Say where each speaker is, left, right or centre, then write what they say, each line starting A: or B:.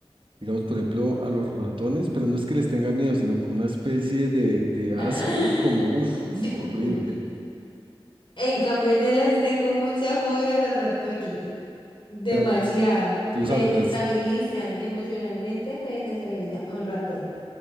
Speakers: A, on the right; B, on the left.
A: digamos por ejemplo a los ratones, pero no es que les tenga miedo, sino como una especie de, de asco,
B: <laughs>
A: como uff, horrible.
B: En cambio, yo les tengo mucha fobia a los ratones. Demasiada.
A: O sea, tú
B: Me
A: saltas,
B: desestabilizan emocionalmente, me desestabiliza un ratón.